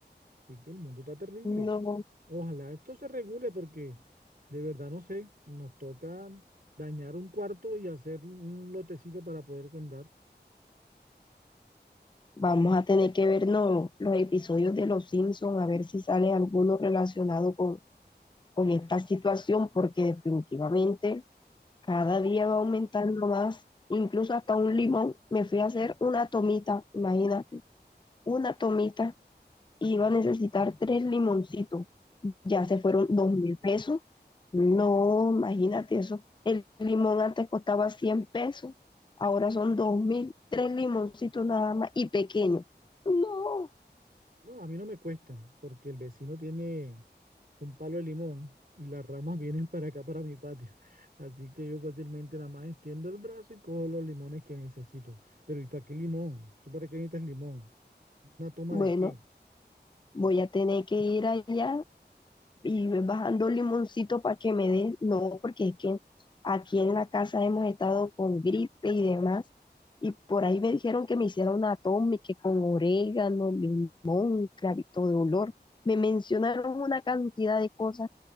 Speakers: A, on the right; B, on the left.
A: Así que el mundo está terrible.
B: No,
A: Ojalá esto se regule porque de verdad no sé, nos toca dañar un cuarto y hacer un lotecito para poder sembrar.
B: Vamos a tener que vernos los episodios de Los Simpsons, a ver si sale alguno relacionado con, con esta situación, porque definitivamente cada día va aumentando más, incluso hasta un limón. Me fui a hacer una tomita, imagínate, una tomita, y iba a necesitar tres limoncitos. Ya se fueron dos mil pesos. No, imagínate eso. El limón antes costaba 100 pesos, ahora son dos mil, tres limoncitos nada más y pequeños. No.
A: No, a mí no me cuesta porque el vecino tiene un palo de limón y las ramas <laughs> vienen para acá, para mi patio. <laughs> Así que yo fácilmente nada más extiendo el brazo y cojo los limones que necesito. Pero ¿y para qué limón? ¿Tú para qué necesitas limón? ¿Una toma
B: Bueno,
A: de qué?
B: voy a tener que ir allá y ir bajando el limoncito para que me dé. No, porque es que aquí en la casa hemos estado con gripe y demás. Y por ahí me dijeron que me hiciera una toma y que con orégano, limón, clavito de olor. Me mencionaron una cantidad de cosas,